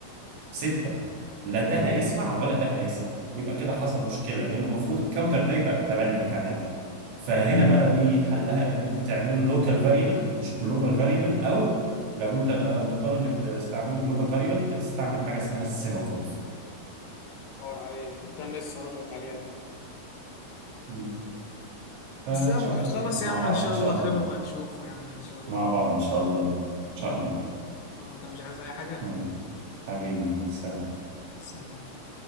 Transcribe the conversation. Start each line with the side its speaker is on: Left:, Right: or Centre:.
Right: ستة لا ده هيسمع ولا ده هيسمع ويبقى كده حصل مشكلة لأن المفروض الكاونتر ده يبقى بثمانية كمان فهنا
Left: امم
Right: بقى دي حلها إن أنت تعمله لوكال فاريبل مش جلوبال فاريبل أو لو أنت بقى مضطر إنك تستعمله جلوبال فاريبل بتستعمل حاجة اسمها السيمافورز
Left: دور عليك كنت انا لسه هقول لك عليها دي
Right: مم. فإن
Left: بس يا عم
Right: شاء الله
Left: خلاص
Right: خير
Left: يا
Right: مع
Left: عم
Right: بعض
Left: ان شاء
Right: إن شاء
Left: الله خير
Right: الله
Left: وبنشوفه يا عم ان شاء الله
Right: مع
Left: مع
Right: بعض
Left: بعض
Right: إن شاء الله بكرة إن شاء الله
Left: اه انت مش عايز اي حاجة
Right: ماشي. حبيبي مع السلامة
Left: سلام